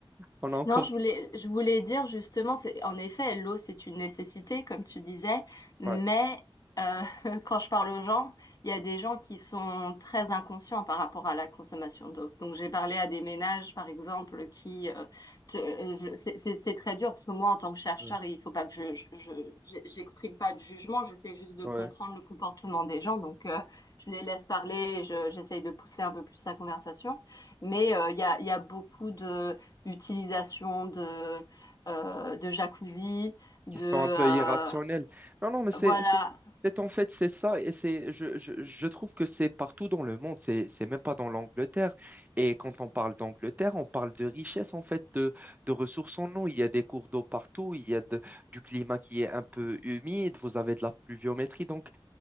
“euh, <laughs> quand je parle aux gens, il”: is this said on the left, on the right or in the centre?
Left